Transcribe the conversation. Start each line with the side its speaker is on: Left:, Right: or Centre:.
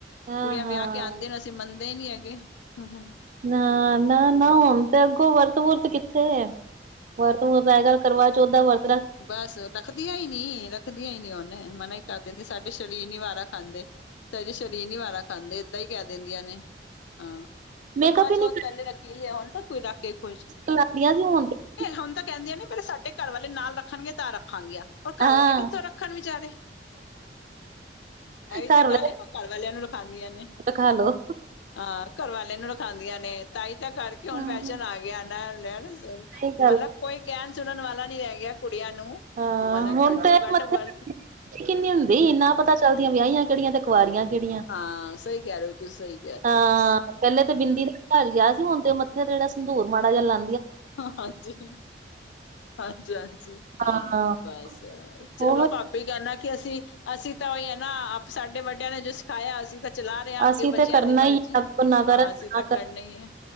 Right: ਹਾਂ
Left: ਕੁੜੀਆਂ
Right: ਹਾਂ
Left: ਵਿਆਹ ਕੇ ਆਉਂਦੇਆਂ ਨੇ ਅਸੀਂ ਮੰਨਦੇ ਹੀ ਨੀ ਹੈਗੇ ਹੁ ਹੁ।
Right: ਨਾ ਨਾ ਨਾ ਹੁਨ ਤੇ ਅੱਗੋਂ ਵਰਤ ਵੁਰਤ ਕਿੱਥੇ ਵਰਤ ਵੁਰਤ ਅੱਜ ਕੱਲ ਕਰਵਾਚੌਥ ਦਾ ਵਰ
Left: ਬਸ ਰੱਖਦੀਆਂ ਈ ਨੀ ਰੱਖਦੀਆਂ ਹੀ ਨੀ ਹੁਨ ਮਨਾ ਹੀ ਕਰ ਦਿੰਦੀ ਸਾਡੇ ਸ਼ਰੀਰ ਨੀ ਵਾਰਾ ਖਾਂਦੇ। ਸਾਡੇ ਸ਼ਰੀਰ ਨੀ ਵਾਰਾ ਖਾਂਦੇ ਏਦਾਂ ਹੀ ਕਹਿ ਦੇਂਦੀਆਂ ਨੇ। ਹਾਂ
Right: ਮੇਕਅਪ
Left: ਕਨਵਾ ਚੌਥ
Right: ਹੀ ਨੀ
Left: ਪਹਿਲੇ ਰੱਖੀ ਲਿਆ ਹੁਨ ਤਾਂ ਕੋਈ ਰੱਖ ਕੇ ਖੁਸ਼
Right: ਸੀ ਤੇ <unintelligible> <unintelligible>
Left: ਹੁਨ ਤਾਂ ਕਹਿੰਦੀਆਂ ਨੇ ਪਹਿਲਾਂ ਸਾਡੇ ਘਰ ਵਾਲੇ ਨਾਲ ਰੱਖ ਰੱਖਨਗੇ ਤਾਂ ਰੱਖਾਂਗੀਆ ਹੁਨ
Right: ਹਾਂ
Left: ਘਰ ਵਾਲੇ ਕਿੱਥੋਂ ਰੱਖਨ ਵਿਚਾਰੇ। ਐਹੀ
Right: ਘਰ
Left: ਤਾਂ ਗੱਲ ਏ ਨਾ ਘਰ ਵਾਲਿਆਂ ਨੂੰ ਰਖਾਦੀਆਂ ਨੇ।
Right: ਰਖਾ ਲੋ।
Left: ਹਾਂ ਘਰਵਾਲੇ ਨੂੰ ਰਖਾਦੀਆਂ ਨੇ ਤਾਈ ਤਾਂ ਕਰਕੇ
Right: ਹਾਂ
Left: ਹੁਨ ਫੈਸ਼ਨ ਆ ਗਿਆ ਨਾ ਲੈਣ
Right: ਸਹੀ ਗੱਲ
Left: ਮਲਬ ਕੋਈ ਕਹਿਣ ਸੁਣਨ ਵਾਲਾ ਨੀ ਰਹਿ ਗਿਆ ਕੁੜੀਆਂ ਨੂੰ-
Right: ਹਾਂ
Left: ਮਲਬ
Right: ਹੁਣ
Left: ਘੱਟੋ
Right: ਤੇ
Left: ਘੱਟ
Right: ਮੱਥੇ
Left: ਵਰਤ
Right: ਕਿੰਨੀ ਹੁੰਦੀ ਨਾ ਪਤਾ ਚੱਲਦੀਆਂ ਵਿਆਹੀਆਂ ਕਿਹੜੀਆਂ ਤੇ ਕੁਆਰੀਆਂ ਕਿਹੜੀਆਂ।
Left: ਹਾਂ ਸਹੀ ਕਹਿ ਰਹੇ ਓ ਤੁਸੀਂ ਸਹੀ ਕਹਿ ਰਹੇ
Right: ਹਾ
Left: ਹੋ ਬਸ
Right: ਪਹਿਲੇ ਤੇ ਬਿੰਦੀ
Left: ਹਾਂ
Right: ਦਾ ਰਿਵਾਨ ਗਿਆ ਸੀ ਹੁਨ ਤੇ ਮੱਥੇ ਤੇ ਜਿਹੜਾ ਸੰਦੂਰ ਮਾੜਾ ਜਿਹਾ ਲਾ
Left: ਹਾਂ ਹਾਂਜੀ ਹਾਂਜੀ ਹਾਂਜੀ
Right: ਹਾਂ
Left: ਬਸ ਚਲੋ
Right: ਉਹ
Left: ਭਾਬ ਵੀ ਕਹਿੰਨਾ ਕਿ ਅਸੀਂ ਅਸੀਂ ਤਾਂ ਉਹੀ ਹੈ ਨਾ ਆਪ ਸਾਡੇ ਵੱਡਿਆਂ ਨੇ ਜੋ ਸਿਖਾਇਆ ਅਸੀਂ ਚਲਾ ਰਹੇ ਆ ਅੱਗੇ
Right: ਅਸੀਂ ਤੇ
Left: ਬੱਚਿਆਂ
Right: ਕਰਨਾ
Left: ਦੀ ਮਰਜੀ
Right: ਹੀ ਅੱਗੋਂ ਨਾ
Left: ਹਾਂ
Right: ਕਰਨ
Left: ਅਸੀਂ
Right: ਨਾ
Left: ਤਾਂ ਕਰਨੀ ਏ